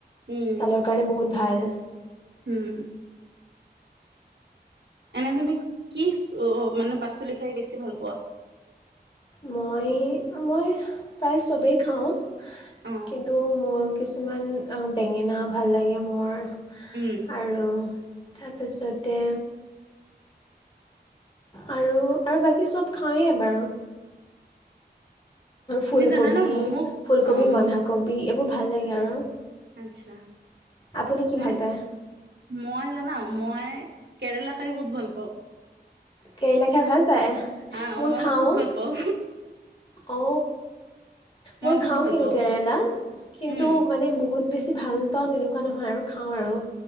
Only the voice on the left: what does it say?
ছালৰ কাৰণে বহুত ভাল।
মই, মই প্ৰায় ছবেই খাওঁ,
কিন্তু মোৰ কিছুমান আ, বেঙেনা ভাল লাগে মোৰ।
আৰু তাৰ পাছতে, আৰু আৰু বাকী চব খাওঁৱেই বাৰু
ফুলকবি
ফুলকবি
বন্ধাকবি এইবোৰ ভাল লাগে
আৰু
আপুনি কি
ভাল পায়।
কেৰেলা খাই ভাল পায়
মই খাওঁ,
অ মই
খাওঁ
কিন্তু
কেৰেলা কিন্তু
মানে, বহুত বেছি ভাল পাওঁ তেনেকুৱা নহয় আৰু খাওঁ আৰু